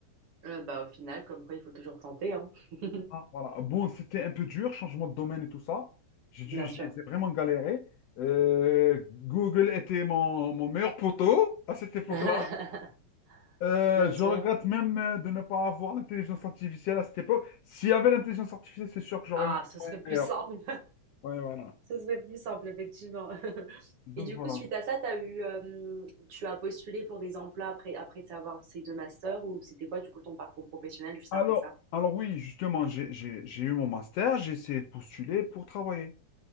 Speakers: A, on the right; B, on the left.
A: Euh, bah, au final, comme quoi, il faut toujours tenter, hein. <laughs>
B: Voilà. Bon, c'était un peu dur, changement de domaine et tout ça. J'ai dû,
A: Bien
B: j'ai
A: sûr.
B: j'ai vraiment galéré. Euh, Google était mon, mon meilleur poteau à cette époque-là.
A: <laughs>
B: Euh,
A: Bien
B: je
A: sûr.
B: regrette même euh, de ne pas avoir l'intelligence artificielle à cette époque. S'il y avait l'intelligence artificielle, c'est sûr que j'aurais
A: Ah,
B: eu un
A: ce
B: moyen
A: serait plus
B: meilleur.
A: simple.
B: Ouais, voilà.
A: Ce serait plus simple, effectivement. <laughs>
B: Donc
A: Et du
B: voilà.
A: coup, suite à ça, t'as eu, euh, tu as postulé pour des emplois après, après avoir ces deux masters ou c'était quoi, du coup, ton parcours professionnel juste
B: Alors,
A: après ça?
B: alors oui, justement, j'ai j'ai- j'ai eu mon master, j'ai essayé de postuler pour travailler.